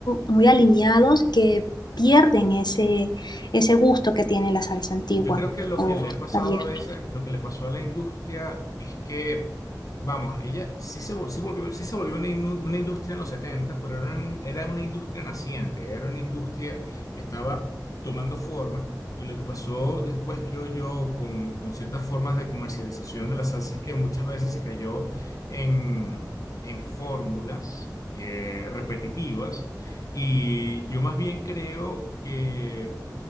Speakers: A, on the left; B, on the left.
A: muy alineados que pierden ese, ese gusto que tiene la salsa antigua
B: Yo creo que lo
A: o
B: que le ha pasado
A: la vieja.
B: a veces, lo que le pasó a la industria es que, vamos, ella sí se, vol- sí volvió, sí se volvió una, inu- una industria en los 70, pero era una, era una industria naciente, era una industria que estaba tomando forma y lo que pasó después, creo yo, con, con ciertas formas de comercialización de las salsas que muchas veces se cayó en, en fórmulas eh, repetitivas y yo más bien creo que